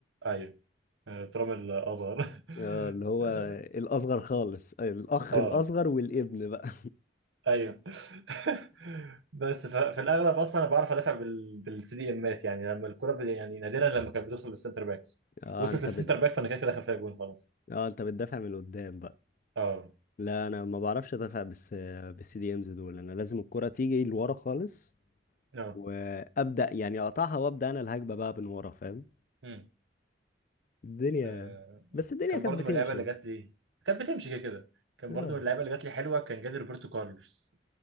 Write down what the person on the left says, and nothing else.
<laughs>
آه اللي هو الاصغر خالص الاخ
الاصغر والابن بقى
اه
انت
بت...
اه انت بتدافع من قدام بقى
لا انا ما بعرفش ادافع بس بالسي دي امز دول انا لازم الكرة تيجي لورا خالص
وابدا يعني اقطعها وابدا انا الهجمه بقى من ورا فاهم
الدنيا
بس الدنيا
كانت
بتمشي
يعني.
اه